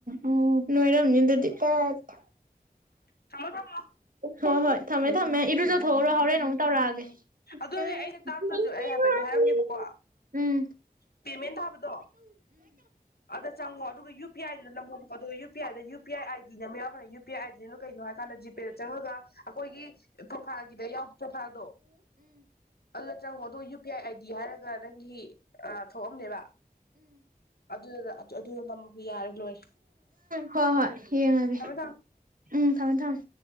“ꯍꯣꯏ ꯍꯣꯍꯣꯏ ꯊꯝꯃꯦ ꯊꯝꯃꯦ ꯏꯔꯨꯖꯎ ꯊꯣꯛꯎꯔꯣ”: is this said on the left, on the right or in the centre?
Right